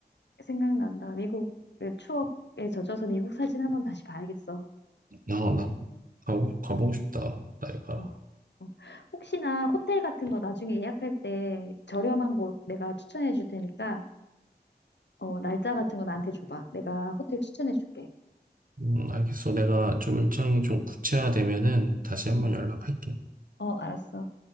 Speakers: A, on the left (about 85°); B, on the right (about 50°).
A: 생각난다. 미국의 추억에 젖어서 미국 사진 한번 다시 봐야겠어.
B: 야, 나, 가보, 가보고 싶다, 나이가.
A: 어, 어. 혹시나 호텔 같은 거 나중에 예약할 때 저렴한 곳 내가 추천해 줄 테니까, 어, 날짜 같은 거 나한테 줘봐. 내가 호텔 추천해 줄게.
B: 음, 알겠어. 내가 좀 일정이 좀 구체화되면은 다시 한번
A: 응.
B: 연락할게.
A: 어, 알았어.